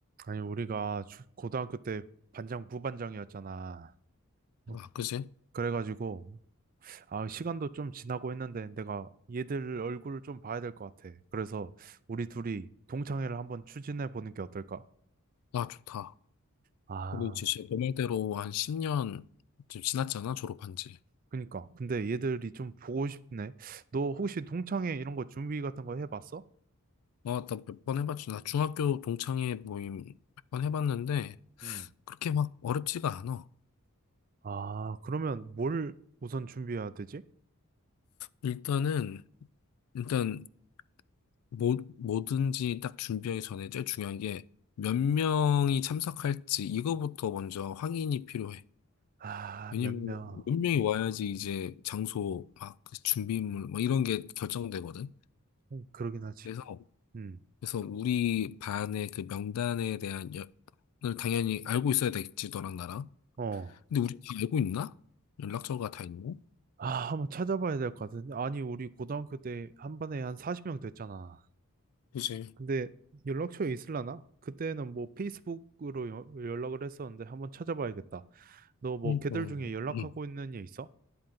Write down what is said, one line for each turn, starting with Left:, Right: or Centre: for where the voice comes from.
Right: 아니, 우리가 주- 고등학교 때 반장, 부반장이었잖아. 어,
Left: 아, 그지?
Right: 그래가지고, 아, 시간도 좀 지나고 했는데, 내가 얘들 얼굴을 좀 봐야 될 것 같아. 그래서, 우리 둘이 동창회를 한번 추진해 보는 게 어떨까?
Left: 아, 좋다.
Right: 아,
Left: 우리 이제 진짜 너 말대로 한 10년 지금 지났잖아, 졸업한 지.
Right: 그니까. 근데 얘들이 좀 보고 싶네. 너 혹시 동창회 이런 거 준비 같은 거 해봤어?
Left: 아, 나 몇 번 해봤지. 나 중학교 동창회 모임 몇 번 해봤는데,
Right: 응.
Left: 그렇게 막 어렵지가 않아.
Right: 아, 그러면 뭘 우선 준비해야 되지?
Left: 일단은, 일단, 뭐, 뭐든지 딱 준비하기 전에 제일 중요한 게, 몇 명이 참석할지, 이거부터 먼저 확인이 필요해.
Right: 아,
Left: 왜냐면,
Right: 몇 명.
Left: 몇 명이 와야지 이제 장소, 막, 그 준비물, 뭐 이런 게 결정되거든.
Right: 그러긴 하지.
Left: 그래서,
Right: 응.
Left: 그래서 우리 반의 그 명단에 대한 연을 당연히 알고 있어야 되겠지, 너랑 나랑.
Right: 어.
Left: 근데 우리 다 알고 있나? 연락처가 다 있나?
Right: 아, 한번 찾아봐야 될 것 같은데. 아니, 우리 고등학교 때 한 반에 한 40명 됐잖아.
Left: 그지.
Right: 근데 연락처에 있을라나? 그때는 뭐 페이스북으로 여- 연락을 했었는데 한번 찾아봐야겠다. 너 뭐
Left: 그러니까
Right: 걔들 중에 연락하고
Left: 음.
Right: 있는 애 있어?